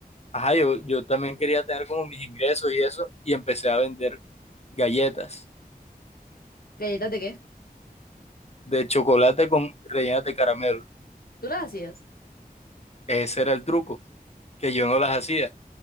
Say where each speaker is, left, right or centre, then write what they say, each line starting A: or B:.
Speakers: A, on the left; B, on the left.
A: ajá, yo, yo también quería tener como mis ingresos y eso y empecé a vender galletas
B: ¿Galletas de qué?
A: de chocolate con rellenas de caramelo.
B: ¿Tú las hacías?
A: Ese era el truco, que yo no las hacía